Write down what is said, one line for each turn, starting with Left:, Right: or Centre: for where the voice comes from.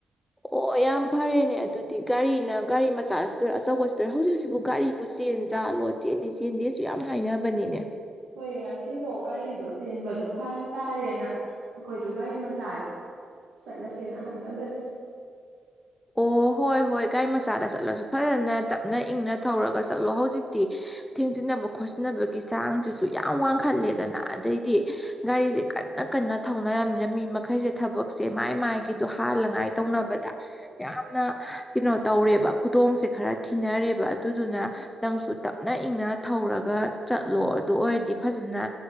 Left: ꯑꯣ ꯌꯥꯝ ꯐꯔꯦꯅꯦ ꯑꯗꯨꯗꯤ ꯒꯥꯔꯤꯅ ꯒꯥꯔꯤ ꯃꯆꯥ ꯑꯆꯧꯕ ꯍꯧꯖꯤꯛꯁꯤꯕꯨ ꯒꯥꯔꯤꯕꯨ ꯆꯦꯟꯖꯥꯠꯂꯣ ꯆꯦꯜꯂꯤ ꯆꯦꯟꯗꯦꯁꯨ ꯌꯥꯝ ꯍꯥꯏꯅꯕꯅꯤꯅꯦ
Right: ꯍꯣꯏ ꯉꯁꯤꯗꯣ ꯒꯥꯔꯤꯗꯣ ꯆꯦꯟꯕꯗꯣ ꯐꯔꯛ ꯇꯥꯔꯦꯅ ꯑꯩꯈꯣꯏꯗꯣ ꯒꯥꯔꯤ ꯃꯆꯥꯗ ꯆꯠꯂꯁꯦꯅ ꯍꯥꯏꯅꯕꯅꯤ
Left: ꯑꯣ ꯍꯣꯏ ꯍꯣꯏ ꯒꯥꯔꯤ ꯃꯆꯥꯗ ꯆꯠꯂꯁꯨ ꯐꯖꯅ ꯇꯞꯅ ꯏꯪꯅ ꯊꯧꯔꯒ ꯆꯠꯂꯣ ꯍꯧꯖꯤꯛꯇꯤ ꯊꯦꯡꯖꯤꯟꯅꯕ ꯈꯣꯠꯆꯤꯟꯅꯕꯒꯤ ꯆꯥꯡꯁꯤꯁꯨ ꯌꯥꯝ ꯋꯥꯡꯈꯠꯂꯦꯗꯅ ꯑꯗꯩꯗꯤ ꯒꯥꯔꯤꯁꯦ ꯀꯟꯅ ꯀꯟꯅ ꯊꯧꯅꯔꯝꯃꯤꯅ ꯃꯤ ꯃꯈꯩꯁꯦ ꯊꯕꯛꯁꯦ ꯃꯥꯏ ꯃꯥꯏꯒꯤꯗꯣ ꯍꯥꯜꯂꯉꯥꯏ ꯇꯧꯅꯕꯗ ꯌꯥꯝꯅ ꯀꯩꯅꯣ ꯇꯧꯔꯦꯕ ꯈꯨꯗꯣꯡꯁꯦ ꯈꯔ ꯊꯤꯅꯔꯦꯕ ꯑꯗꯨꯗꯨꯅ ꯅꯪꯁꯨ ꯇꯞꯅ ꯏꯪꯅ ꯊꯧꯔꯒ ꯆꯠꯂꯣ ꯑꯗꯨ ꯑꯣꯏꯔꯗꯤ ꯐꯖꯅ